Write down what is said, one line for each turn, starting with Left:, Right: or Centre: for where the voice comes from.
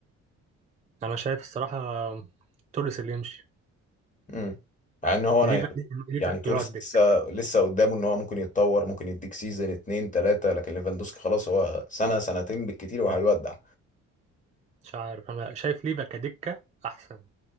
Right: انا شايف الصراحة توريس اللي يمشي
Left: امم مع ان هو انا
Right: ليفا
Left: يعني
Right: ليفا
Left: يعني توريس
Right: يقعد دكة
Left: لسه لسه قدامه ان هو ممكن يتطور ممكن يديك سيزون اتنين تلاته لكن ليفاندوسكي خلاص هو سنه سنتين بالكتير وهيودع
Right: مش عارف انا شايف ليفا كدكة احسن